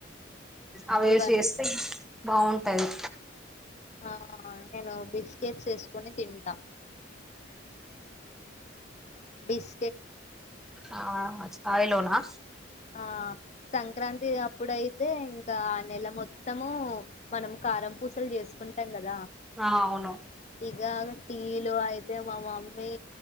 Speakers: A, in the centre; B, on the left.
A: అవిసి
B: ఇవన్నీ
A: చేస్తే బాగుంటది
B: ఆ నేను బిచ్ స్కెట్స్ ఏసుకొని తింటాం బీస్
A: ఆహ కాయలోనా
B: ఆ సంక్రాంతి అప్పుడైతే ఇంకా ఆ నెల మొత్తము మనం కారం పూసలు చేసుకుంటాం కదా
A: ఆ అవును
B: ఇగ టీలు అయితే మా మమ్మీ